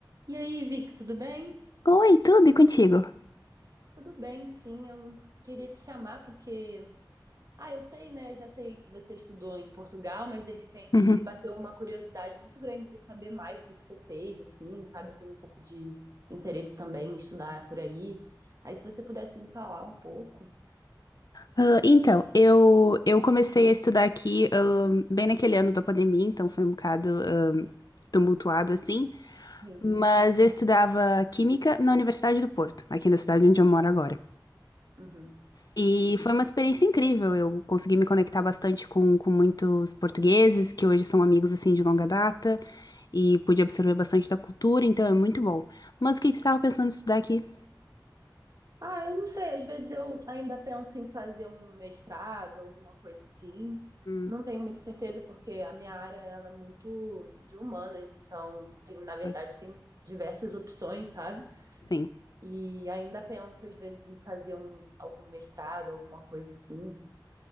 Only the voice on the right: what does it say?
E aí, Vic, tudo bem?
Tudo bem, sim. Eu queria te chamar porque, ah, eu sei, né? Já sei que você estudou em Portugal, mas de repente
me bateu uma curiosidade muito grande de saber mais o que que você fez, assim, sabe? Eu tenho um pouco de interesse também em estudar por aí. Aí, se você pudesse me falar um pouco.
Hum,
Sim.
Uhum,
sim.
Ah, eu não sei, às vezes eu ainda penso em fazer um mestrado, alguma coisa assim.
Não tenho muita certeza, porque a minha área ela é muito de humanas, então tem, na verdade,
tem diversas opções, sabe?
E ainda penso, às vezes, em fazer um, algum mestrado, alguma coisa assim.